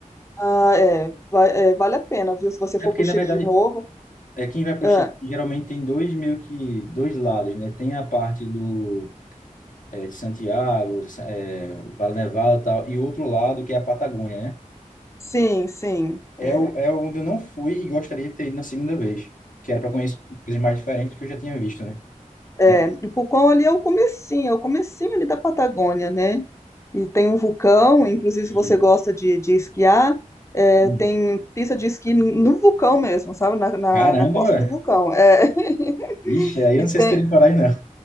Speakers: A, on the left; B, on the left.
A: Ah, é, vai- é, vale a pena, viu? Se você for
B: É porque,
A: pro
B: na
A: Chile
B: verdade,
A: de novo.
B: é, quem vai para
A: Ah,
B: o Chile geralmente tem dois meio que dois lados, né? Tem a parte do eh, de Santiago, sa- eh, Vale Nevado e tal, e o outro lado, que é a Patagônia, né?
A: sim, sim.
B: É,
A: É,
B: o, é onde eu não fui e gostaria de ter ido na segunda vez, que era para conhecer coisas mais diferentes do que eu já tinha visto, né?
A: é,
B: Mas,
A: e Pucón ali é o comecinho, é o comecinho ali da Patagônia, né? E tem um vulcão, inclusive
B: e,
A: se você gosta de, de esquiar, é,
B: hum,
A: tem pista de esqui no vulcão mesmo, sabe? Na, na,
B: caramba,
A: na costa
B: velho.
A: do vulcão. É,
B: Ixi,
A: <laughs>
B: aí eu
A: e
B: não
A: tem,
B: sei se teria coragem, não.